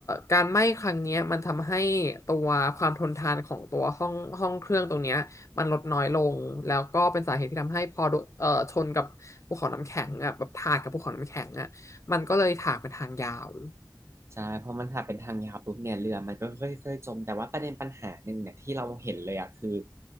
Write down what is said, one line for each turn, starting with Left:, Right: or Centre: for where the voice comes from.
Left: การไหม้ครั้งเนี้ยมันทำให้ตัวความทนทานของตัวห้องห้องเครื่องตรงเนี้ยมันลดน้อยลงแล้วก็เป็นสาเหตุที่ทำให้พอโดนเอ่อชนกับภูเขาน้ำแข็งอ่ะแบบถากกับภูเขาน้ำแข็งอ่ะมันก็เลยถากเป็นทางยาว
Right: ใช่เพราะมันถ้าเป็นทางยาวปุ๊บเนี่ยเรือมันก็ค่อยๆจมแต่ว่าประเด็นปัญหาหนึ่งเนี่ยที่เราเห็นเลยอ่ะคือ